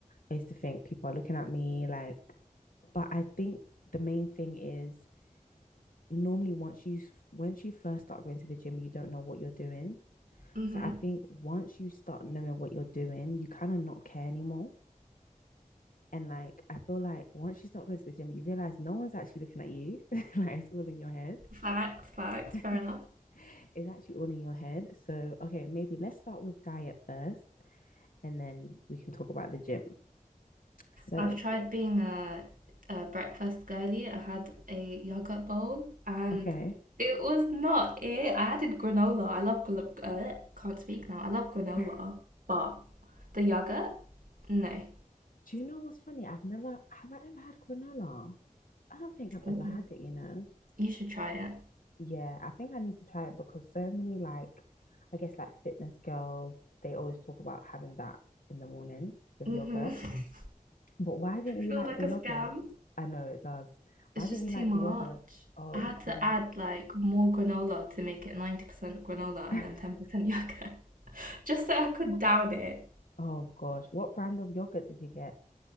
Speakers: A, on the left (about 80°); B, on the right (about 80°).
A: I used to think people are looking at me like, but I think the main thing is normally once you once you first start going to the gym, you don't know what you're doing.
B: Mm-hmm.
A: So I think once you start knowing what you're doing, you kind of not care anymore. And like I feel like once you start going to the gym, you realize no one's actually looking at you. <laughs> like it's all in your head.
B: Fact, fact,
A: <laughs>
B: fair enough.
A: it's actually all in your head. So okay, maybe let's start with diet first and then we can talk about the gym. So,
B: I've tried being a, a breakfast girly. I had a yogurt bowl and
A: okay.
B: it was not it. I added granola. I love, gl- uh, can't speak now. I love
A: <laughs>
B: granola,
A: Do
B: but the yogurt, no.
A: you know what's funny? I've never have I ever had granola? I don't think I've
B: Ooh.
A: ever had it, you know.
B: You should try it.
A: yeah, I think I need to try it because so many like I guess like fitness girls, they always talk about having that in the morning with
B: Mm-hmm.
A: yogurt.
B: <laughs>
A: But why didn't you
B: Feels
A: like
B: like
A: the
B: a
A: yogurt?
B: scam.
A: I know it does. Why
B: It's
A: didn't
B: just
A: you
B: too
A: like
B: much.
A: the yogurt? Oh,
B: I
A: it
B: had
A: was
B: to
A: too
B: add like more granola to make it 90% granola
A: much.
B: and then 10%
A: <laughs>
B: yogurt <laughs> just so I could down it.
A: Oh gosh, what brand of yogurt did you get?